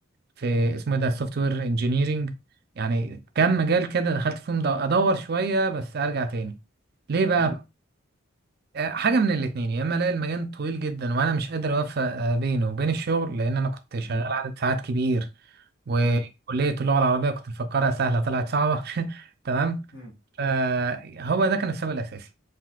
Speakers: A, on the right; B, on the left.
A: في اسمه إيه ده السوفت وير انجينيرنج يعني كام مجال كده دخلت فيهم دو- ادور شويه بس ارجع تاني ليه بقى
B: امم
A: آه، حاجة من الاتنين يا إما ألاقي المجال طويل جدا وأنا مش قادر أوفق آه، بينه وبين الشغل لأن أنا كنت شغال
B: امم
A: عدد ساعات كبير وكلية
B: امم
A: اللغة العربية كنت مفكرها سهلة طلعت صعبة <laughs> تمام
B: امم
A: فهو ده كان السبب الأساسي